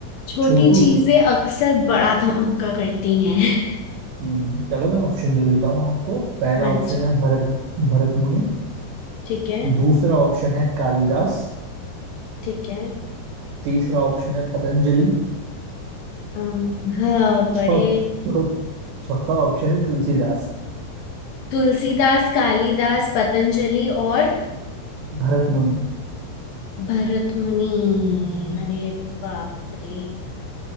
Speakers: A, on the left; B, on the right.
A: छोटी
B: छोटू
A: चीजें
B: सा
A: अक्सर बड़ा धमाका करती हैं <laughs>
B: हम्म, चलो मैं ऑप्शन दे देता हूँ आपको पहला
A: हाँ
B: ऑप्शन
A: जी
B: है भरत भरत मुनि
A: ठीक है
B: दूसरा ऑप्शन है कालिदास
A: ठीक है
B: तीसरा ऑप्शन है पतंजलि
A: अम, हाँ बड़े
B: चौ चौ चौथा ऑप्शन है तुलसीदास
A: तुलसीदास कालिदास पतंजलि और
B: भरत मुनि
A: भरतमुनि अरे बाप रे